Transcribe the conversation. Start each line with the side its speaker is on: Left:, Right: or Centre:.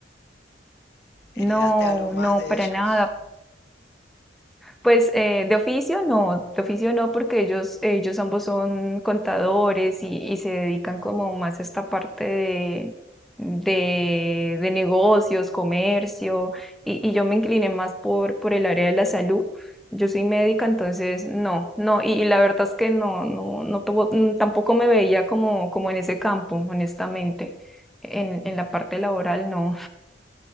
Left: ¿Heredaste
Centre: No,
Left: algo más
Centre: no,
Left: de
Centre: para
Left: ellos?
Centre: nada. Pues eh, de oficio no, de oficio no, porque ellos, ellos ambos son contadores y, y se dedican como más a esta parte de, de, de negocios, comercio, y, y yo me incliné más por, por el área de la salud. Yo soy médica, entonces no, no, y, y la verdad es que no, no, no tuvo- mm, tampoco me veía como, como en ese campo, honestamente. En, en la parte laboral no.